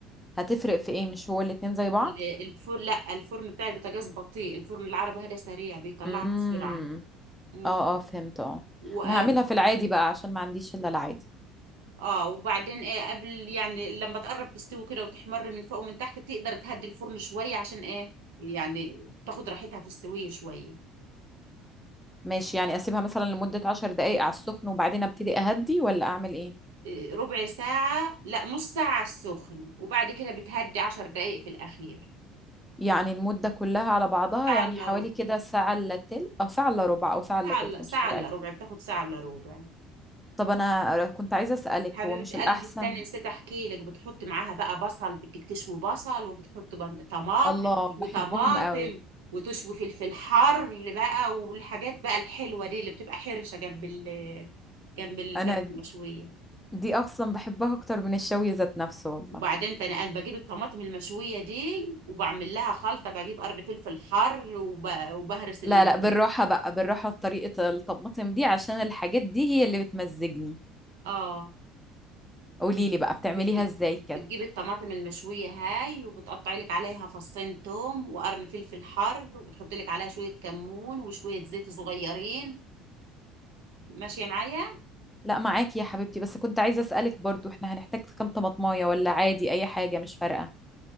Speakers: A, in the centre; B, on the right.
A: هتفرق في ايه مش هو الاتنين زي بعض
B: ال- الفرن لا الفرن بتاع البوتاجاز بطيء الفرن العربي هذا سريع بيطلعها
A: امم
B: بسرعة امم
A: اه اه فهمت اه
B: و...
A: انا هعملها في العادي بقى عشان ما عنديش الا العادي
B: اه وبعدين ايه قبل يعني لما تقرب تستوي كده وتحمر من فوق ومن تحت بتقدر تهدي الفرن شوية عشان ايه يعني تاخد راحتها في السوية شوية
A: ماشي يعني اسيبها مثلا لمدة عشر دقايق على السخن وبعدين ابتدي اهدي ولا اعمل ايه
B: إيه، ربع ساعة لا نص ساعة على السخن وبعد كده بتهدي عشر دقايق في الأخير
A: يعني المدة كلها على بعضها
B: ساعة
A: يعني
B: إلا
A: حوالي
B: ربع
A: كده ساعة الا تلت او ساعة الا ربع او ساعة الا
B: ساعة
A: تلت
B: إلا
A: مش
B: ساعة
A: فارقة
B: إلا ربع بتاخد ساعة إلا ربع
A: طب انا كنت عايزة اسألك
B: حبيبة
A: هو مش الاحسن
B: قلبي استني نسيت احكي لك بتحط معاها بقى بصل بدك تشوي بصل وبتحط بن- طماطم
A: الله
B: تشوي
A: بحبهم
B: طماطم
A: قوي
B: وتشوي فلفل حر بقى والحاجات بقى الحلوة دي اللي بتبقى حرشة جنب ال جنب الفراخ
A: انا
B: المشوية
A: دي اصلا بحبها اكتر من الشوي ذات نفسه والله
B: وبعدين ده انا أنا بجيب الطماطم المشوية دي وبعمل لها خلطة بجيب قرن فلفل حر وب... وبهرس
A: لا
B: ال
A: لا بالراحة بقى بالراحة بطريقة الطماطم دي عشان الحاجات دي هي اللي بتمزجني
B: اه
A: قولي
B: بت-
A: لي بقى بتعمليها
B: بتج-
A: ازاي كده
B: بتجيب الطماطم المشوية هاي وبتقطعي لك عليها فصين توم وقرن فلفل حر وبتحطي لك عليها شوية كمون وشوية زيت صغيرين ماشية معايا
A: لا معاكي يا حبيبتي بس كنت عايزة اسألك برضو احنا هنحتاج كام طماطماية ولا عادي اي حاجة مش فارقة